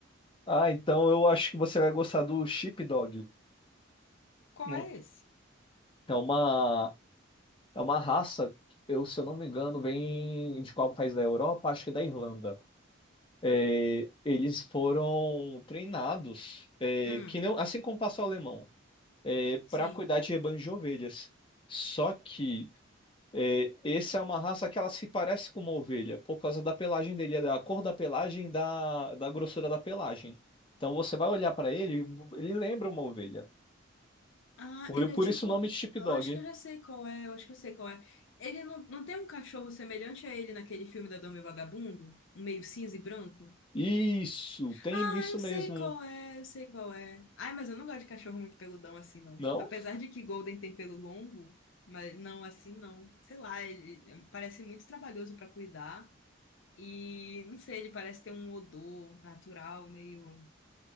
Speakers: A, on the left; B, on the left.
A: Ah, então eu acho que você vai gostar do Sheepdog.
B: Qual
A: Hum.
B: é esse?
A: É uma, é uma raça, eu, se eu não me engano, vem de qual país da Europa? Acho que da Irlanda. É, eles foram treinados, é,
B: Hum,
A: que não, assim como o pastor alemão,
B: sim.
A: para cuidar de rebanhos de ovelhas. Só que é, essa é uma raça que ela se parece com uma ovelha, por causa da pelagem dele, da cor da pelagem, da, da grossura da pelagem. Então você vai olhar para ele, ele lembra uma ovelha.
B: Ah,
A: Por,
B: ele
A: por
B: é tipo.
A: isso o nome de chip
B: Eu
A: dog.
B: acho que eu já sei qual é, eu acho que eu sei qual é. Ele não, não tem um cachorro semelhante a ele naquele filme da Dama e o Vagabundo? Um meio cinza e branco?
A: Isso, tem
B: Ah,
A: isso
B: eu
A: mesmo.
B: sei qual é, eu sei qual é. Ai, mas eu não gosto de cachorro muito peludão assim, não.
A: Não?
B: Apesar de que Golden tem pelo longo, mas não assim, não. Sei lá, ele é, parece muito trabalhoso pra cuidar. E não sei, ele parece ter um odor natural meio,